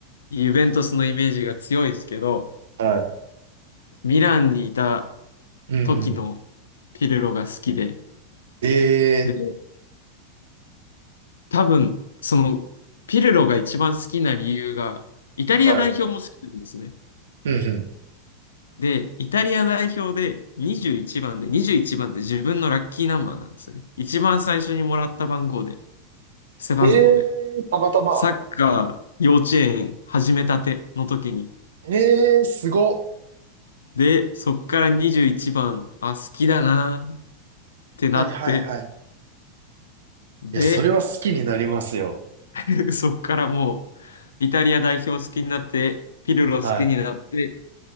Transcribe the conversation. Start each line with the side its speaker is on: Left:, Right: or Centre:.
Left: ユベントスのイメージが強いですけど、
Right: はい。
Left: ミランにいた
Right: うんうん。
Left: 時のピルロが好きで、
Right: え
Left: で、多分、その、ピルロが一番好きな理由が、イタリア代表も好きなんですね。
Right: ー、はい。うん
Left: で、イタリア代表で21番で、21番って自分のラッキーナンバーなんですよね。一番最初にもらった番号で、背番号で。
Right: うん。えー、たまたま。
Left: サッカー幼稚園始めたての時に。
Right: えー、すごっ。
Left: で、そっから21番、あ、好きだなーってなって、
Right: はいはいはい。い
Left: で、
Right: や、それは好きになりますよ。
Left: <laughs> そっからもう、イタリア代表好きになって、ピルロ好きになって、
Right: はい。